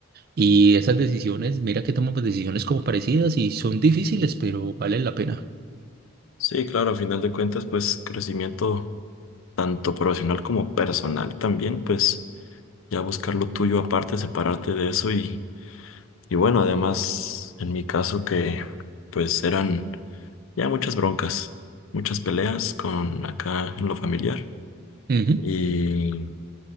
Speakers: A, on the right; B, on the left.
A: Y esas decisiones, mira que toman pues, decisiones como parecidas y son difíciles, pero valen la pena.
B: Sí, claro, a final de cuentas, pues crecimiento tanto profesional como personal también, pues ya buscar lo tuyo aparte, separarte de eso y, y bueno, además en mi caso que pues eran ya muchas broncas, muchas peleas con acá en lo familiar
A: Ujú,
B: y